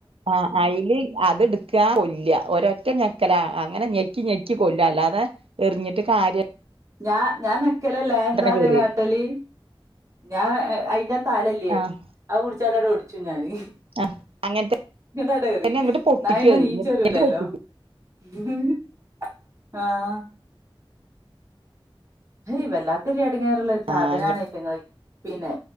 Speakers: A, on the right; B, on the right.
A: ആഹ് അയിൽ അത് ഇട്ക്കാ കൊല്ല ഒരറ്റ ഞക്കല അങ്ങനെ ഞെ ക്കി ഞെക്കി കൊല്ലും അല്ലാതെ എറിഞ്ഞിട്ട് കാര്യല്ല.
B: ഞാൻ ഞാൻ നെക്കലല്ല ഞാൻ എന്താറിയോ
A: കേറിയത്
B: കാട്ടല് ഞാൻ അയിന്റെ ആ തലല്ലേ
A: ആഹ്
B: അത് പുടിച്ച് കാണ്ട് ഒടിച്ചും ഞാന്
A: ആഹ് അങ്ങനത്തെ
B: ഇന്നട്ട് ആട് എറിയും
A: തന്നെ അങ്ങോട്ട് പൊട്ടിക്കും
B: ഇന്നാ പിന്നെ
A: അത്
B: നീച്ച് വരൂലല്ലോ.
A: എന്നിട്ട് പൊട്ടിക്കും
B: ഹ് ഹ് ആഹ് ഹയ് വല്ലാത്തൊരു എടങ്ങേറ്ള്ളെ ഒരു സാധനാണ്
A: ആ
B: അയ്റ്റങ്ങള് പിന്നെ